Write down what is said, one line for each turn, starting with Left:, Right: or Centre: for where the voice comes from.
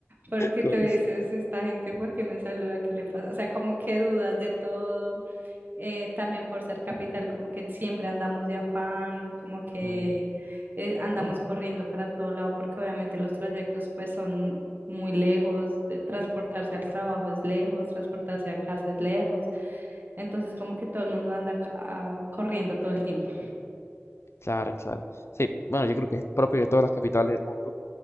Right: porque
Left: Corres.
Right: te dices, esta gente, ¿por qué me saluda? ¿Qué le pasa? O sea, como que dudas de todo, eh, también por ser capital, como que siempre andamos de afán, como que
Left: Mm,
Right: eh, andamos corriendo para todo lado, porque obviamente los trayectos pues son muy lejos, de transportarse al trabajo es lejos, transportarse a casa es lejos, entonces como que todo el mundo anda ca- ah, corriendo todo el tiempo.
Left: claro, claro. Sí, bueno, yo creo que es propio de todas las capitales del mundo.